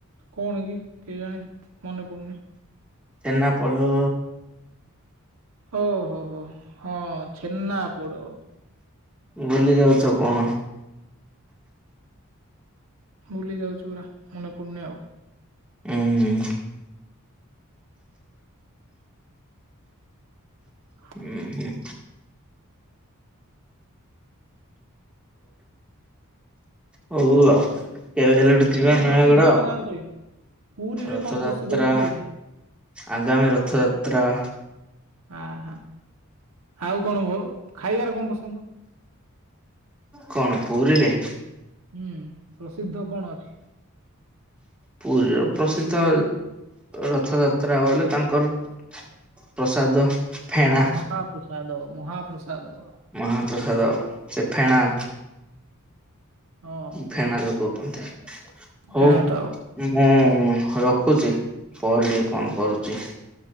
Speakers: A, on the right; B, in the centre.
A: କଣ କି କେଜାଣି ମନେ ପଡୁନି।
B: ଛେନାପୋଡ଼।
A: ଓ ହୋ ହୋ ହଁ ଛେନା ପୋଡ।
B: ବୁଲି ଯାଉଛ କଣ?
A: ଭୁଲି ଯାଉଛୁ ପୁରା ମନେ ପଡୁନି ଆଉ।
B: ହୁଁ।
A: ହ <inaudible>
B: ହୁଁ ହୁଁ। ହଉ ଆଉ <unintelligible> ଯିବା
A: ପୁରୀ ପ୍ରସିଦ୍ଧ
B: ନୟାଗଡ
A: କଣ
B: ଆଉ
A: ଜାଣିଛ କି ପୁରୀରେ
B: ରଥଯାତ୍ରା
A: କଣ ପ୍ରସିଦ୍ଧ ଜାଣିଛ କି ନାଇଁ?
B: ଆଗାମୀ ରଥଯାତ୍ରା
A: ଆହ ଆଉ କଣ ଖାଇବାରେ କଣ ପସନ୍ଦ?
B: କଣ ପୁରୀରେ?
A: ହୁଁ ପ୍ରସିଦ୍ଧ କଣ ଅଛି?
B: ପୁରୀର ପ୍ରସିଦ୍ଧ ରଥଯାତ୍ରା ହେଲେ ତାଙ୍କର ପ୍ରସାଦ। ଫେଣା
A: ମହାପ୍ରସାଦ ମହାପ୍ରସାଦ।
B: ମହାପ୍ରସାଦ ସେ ଫେଣା।
A: ହଁ
B: ଫେଣା ଯୋଉ କହୁଛନ୍ତି ହଉ
A: ହେଣା ତ
B: ମୁଁ ରଖୁଛି ପରେ ଟିକେ ଫୋନ କରୁଛି।